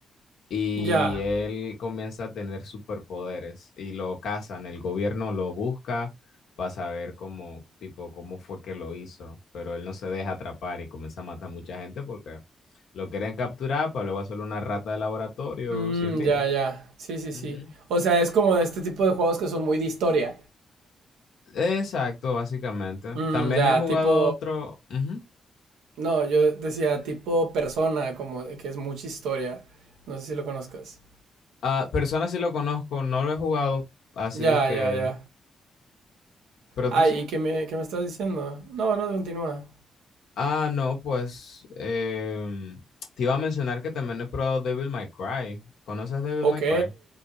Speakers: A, on the left (about 70°); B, on the right (about 80°).
A: y
B: Ya.
A: él comienza a tener superpoderes y lo cazan, el gobierno lo busca para saber cómo, tipo, cómo fue que lo hizo, pero él no se deja atrapar y comienza a matar mucha gente porque lo quieren capturar para luego hacerle una rata de laboratorio
B: Mm,
A: sin vida.
B: ya, ya. Sí, sí, sí.
A: Ujú.
B: O sea, es como de este tipo de juegos que son muy de historia.
A: Exacto, básicamente.
B: Mm,
A: También
B: ya,
A: he jugado
B: tipo...
A: otro. ujú.
B: No, yo decía tipo persona, como de que es mucha historia. No sé si lo conozcas.
A: Ah, Persona sí lo conozco, no lo he jugado así,
B: Ya,
A: que
B: ya, ya.
A: Pero
B: Ay,
A: tú sí.
B: ¿y qué me, qué me estás diciendo? No, no, continúa.
A: Ah, no, pues em, te iba a mencionar que también he probado Devil May Cry. ¿Conoces Devil
B: Ok.
A: May Cry?